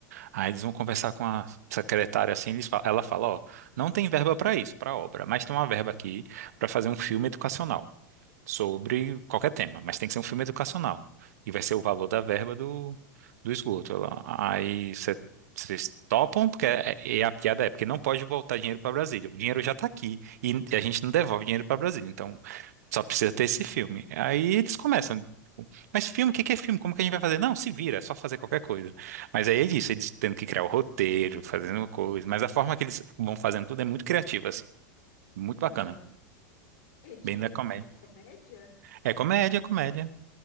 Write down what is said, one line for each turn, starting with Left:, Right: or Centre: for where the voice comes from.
Right: Aí eles vão conversar com a secretária assim, eles falam- ela fala, ó, não tem verba para isso, para obra, mas tem uma verba aqui para fazer um filme educacional sobre qualquer tema, mas tem que ser um filme educacional. E vai ser o valor da verba do, do esgoto. Ela- aí cê- vocês topam, porque é- é- e a piada é porque não pode voltar dinheiro para Brasília. O dinheiro já está aqui e a gente não devolve dinheiro para Brasília, então só precisa ter esse filme. Aí eles começam. Mas filme, o que que é filme? Como que a gente vai fazer? Não, se vira, é só fazer qualquer coisa. Mas aí é isso, eles tendo que criar o roteiro, fazendo uma coisa. Mas a forma que eles vão fazendo tudo é muito criativa, assim. Muito
Left: Aham.
Right: bacana.
Left: É de,
Right: Bem da comédia.
Left: é de comédia?
Right: É comédia, comédia.